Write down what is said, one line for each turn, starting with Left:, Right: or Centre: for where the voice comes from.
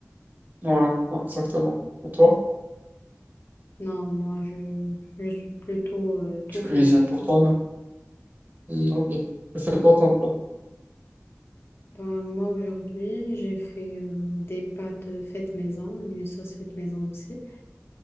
Right: Ouais, ouais, exactement. Et toi,
Left: Non, moi, je, je suis plutôt euh, tout
Right: tu cuisines
Left: fait maison.
Right: pour toi-même. Hum, ok. Tu fais quoi comme plat?
Left: Bah, moi, aujourd'hui, j'ai fait euh, des pâtes faites maison et une sauce faite maison aussi,